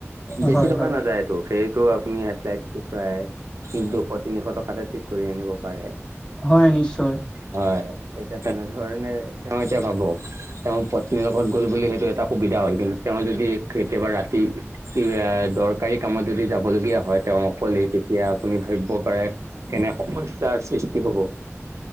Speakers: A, on the right; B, on the left.
A: বেছি
B: হয়
A: টকা
B: হয়।
A: নাযায়টো। সেইটো আপুনি ফ্লাইট টো প্ৰায় দুশ তিনিশ টকাতে ঠিক কৰি আনিব পাৰে।
B: হয়, নিশ্চয়।
A: হয়, এতিয়া তেনে ধৰণে তেওঁ এতিয়া ভাবক। তেওঁৰ পত্নীৰ লগত গ'ল বুলি সেইটো এটা সুবিধা হ'লহেতেন। তেওঁ যদি কেতিয়াবা ৰাতি দৰকাৰী কামত যদি যাবলগীয়া হয় তেওঁ অকলে, তেতিয়া আপুনি ভাবিব পাৰে কেনে সমস্যাৰ সৃষ্টি হ'ব।